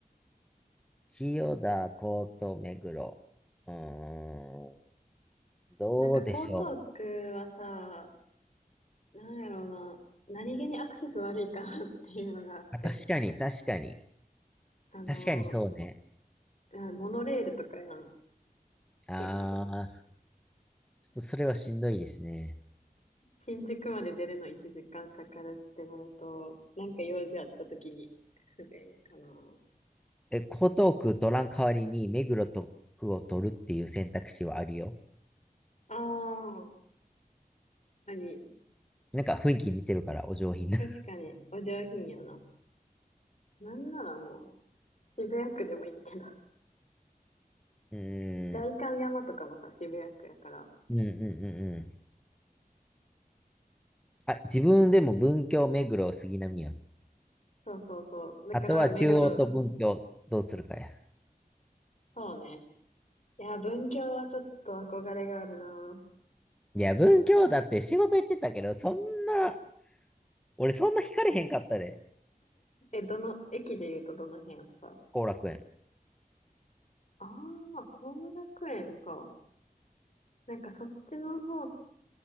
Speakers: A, in the centre; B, on the left.
A: 千代田、江東、目黒。うーん、どうでしょう。
B: なんか江東区はさ、なんやろうな、何気にアクセス悪いかなっていうのがあって。
A: あ、確かに、確かに。
B: あの、
A: 確かにそうね。
B: あモノレールとかやん、
A: あ
B: 駅。
A: ー、ちょっとそれはしんどいですね。
B: 新宿まで出るの1時間かんかかるってなると、なんか用事あった時に不便かな。
A: え、江東区取らん代わりに目黒と区を取るっていう選択肢はあるよ。
B: ああ、あり。
A: なんか雰囲気似てるから、お上品な。
B: 確かに、
A: <laughs>
B: お上品やな。なんならもう、渋谷区でもいいけど。
A: うーん、
B: 代官山とかもさ、渋谷区やから。
A: うんうんうんうん。あ、自分でも文京、目黒、杉並やん。
B: そうそうそう。だから、
A: あとは中央と文京、
B: 目黒、
A: どうするかや。
B: そうね。いや、文京はちょっと憧れがあるな。
A: いや、文京だって仕事行ってたけど、そんな、俺そんな惹かれへんかったで、
B: え、どの、駅で言うとどの辺やった
A: 後楽園。
B: ああー、後楽園か。なんかそっちの方